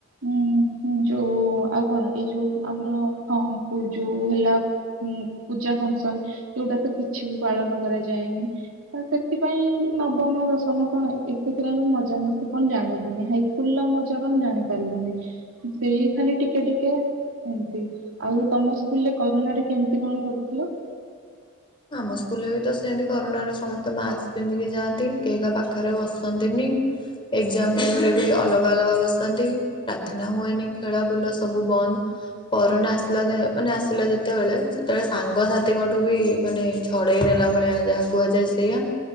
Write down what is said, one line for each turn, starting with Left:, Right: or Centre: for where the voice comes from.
Right: ଉଁ ଯୋଉ ଆଉ କଣ ଏଇ ଯୋଉ ଆମର ହଁ ଯୋଉ ହେଲା। ଉଁ ପୂଜା ଫଙ୍କସନ ଯଉଟା ତ କିଛି ବି ପାଳନ କରାଯାଏନି। ତ ସେଥିପାଇଁ ନବମ ଦଶ ତମେ କଣ ଏକରେ ତ ଆମେ ମଜା ମସ୍ତି କଣ ଜାଣିଲୁନି। ହାଇସ୍କୁଲ ର ମଜା କଣ ଜାଣି ପାରିଲୁନି। ସେଇ ଖାଲି ଟିକେ ଟିକେ ଏମତି। ଆଉ ତମ ସ୍କୁଲରେ କରୋନା ରେ କେମିତି କଣ କରୁଥିଲ?
Left: ଆମ ସ୍କୁଲରେ ବି ତ ସେମତି କରୋନାରେ ସମସ୍ତେ ମାସ୍କ ପିନ୍ଧିକି ଯାଆନ୍ତି କେହି କାହା ପାଖରେ ବସନ୍ତିନି। ଏଜ୍ଜାମ୍ ଟାଇମ୍ ରେ ବି ଅଲଗା ଅଲଗା ବସନ୍ତି। ପ୍ରାର୍ଥନା ହୁଏନି। ଖେଳ ବୁଲ ସବୁ ବନ୍ଦ। କରୋନା ଆସିଲା ଯେ ମାନେ ଆସିଲା ଯେତେବେଳେ ସେତେବେଳେ ସାଙ୍ଗସାଥିଙ୍କଠୁ ବି ମାନେ ଛଡ଼େଇ ନେଲା ଭଳିଆ ଯାହା କୁହାଯାଏ ସେଇଆ।